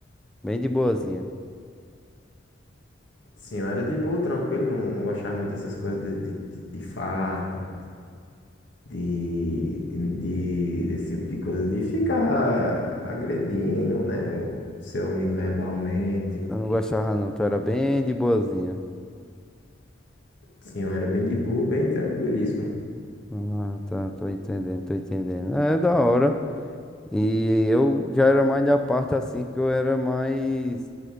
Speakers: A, in the centre; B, on the left.
A: Bem de boazinha.
B: Sim, eu era de boa, tranquilo, não, não gostava muito dessas coisas de, de, de, de farpa, de, de, de- desse tipo de coisa, de ficar agredindo, né? O seu amigo verbalmente.
A: Tu não gostava não, tu era bem de boazinha.
B: Sim, eu era bem de boa, bem tranquilíssimo.
A: Ah, tá, tô entendendo, tô entendendo. É é da hora. E eu já era mais da parte assim que eu era mais.